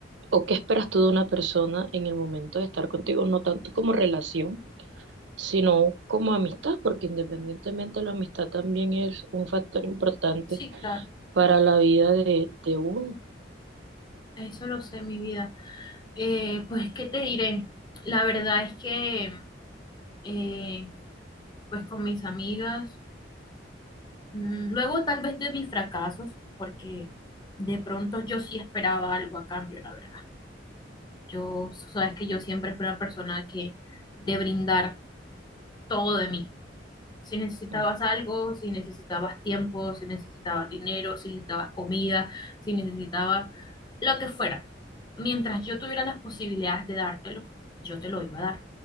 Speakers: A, on the right; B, on the left.
A: ¿O qué esperas tú de una persona en el momento de estar contigo? No tanto como relación, sino como amistad, porque independientemente la amistad también es un factor importante
B: Sí, claro,
A: para la vida de, de uno.
B: eso lo sé, mi vida. Eh, pues, ¿qué te diré? La verdad es que, eh, pues con mis amigas, mm, luego tal vez de mis fracasos, porque de pronto yo sí esperaba algo a cambio, la verdad. Yo, sabes que yo siempre fui una persona que de brindar todo de mí. si necesitabas
A: Ujú.
B: algo, si necesitabas tiempo, si necesitabas dinero, si necesitabas comida, si necesitabas lo que fuera. Mientras yo tuviera las posibilidades de dártelo, yo te lo iba a dar,